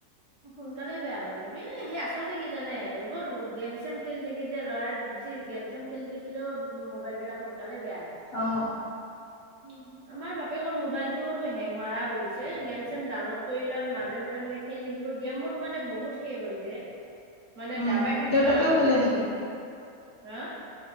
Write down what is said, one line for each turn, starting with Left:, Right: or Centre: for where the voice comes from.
Right: সোনকালে বেয়া হ'ল কিন্তু এ সেই আচলতে কি জানে? বৰ গেম - চেম খেলি থাকি যে লৰাই বেছি গেম চেম খেলি থাকিলেও ওম মোবাইলবিলাক সোনকালে বেয়া হয়।
Left: অ'।
Right: উম। আমাৰ বাপেকৰ মোবাইলটোওতো হেং মাৰা হৈ গৈছে, গেম - চেম ডাউনলোড কৰি লয় মাজে - মাজে মানে খেলি ব গেমত মানে বহুত সেই হয় যে মানে
Left: উম
Right: দাবাই থাকে
Left: দেউতাকেও
Right: ন
Left: খেলে
Right: স্ক্ৰীন
Left: নেকি
Right: হা!